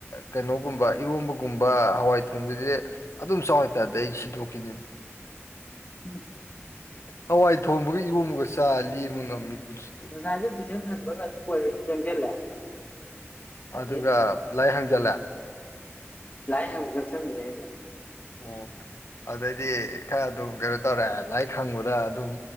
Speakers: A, on the left; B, on the left.
A: ꯀꯩꯅꯣꯒꯨꯝꯕ ꯏꯔꯣꯝꯕꯒꯨꯝꯕ ꯍꯋꯥꯏ ꯊꯣꯡꯕꯤꯁꯦ ꯑꯗꯨꯝ ꯆꯥꯎꯏ ꯇꯥꯔꯗꯤ ꯑꯩ ꯁꯤꯗꯣꯛꯈꯤꯅꯦ
B: ꯎꯝ
A: ꯍꯋꯥꯏ ꯊꯣꯡꯕꯒ ꯏꯔꯣꯝꯕꯥꯒ ꯆꯥ ꯂꯦꯟꯕ ꯉꯝꯃꯤ ꯄꯨꯁꯤ
B: ꯉꯁꯥꯏꯁꯨ ꯇꯨꯏꯁꯟ ꯍꯟꯕꯒ ꯑꯗꯨ ꯄꯔꯣꯏ ꯆꯪꯁꯤꯜꯂꯦ ꯑꯗꯩꯗꯤ
A: ꯑꯗꯨꯒ ꯂꯥꯏ ꯍꯪꯖꯜꯂꯦ
B: ꯂꯥꯛ ꯑꯦ ꯍꯪꯡꯕ ꯆꯟ꯭ꯔꯦ
A: ꯑꯣ ꯑꯗꯩꯗꯤ ꯈꯔ ꯑꯗꯨꯝ ꯀꯩꯅꯣ ꯇꯧꯔꯦ ꯂꯥꯏꯔꯤꯛ ꯍꯪꯕꯗ ꯑꯗꯨꯝ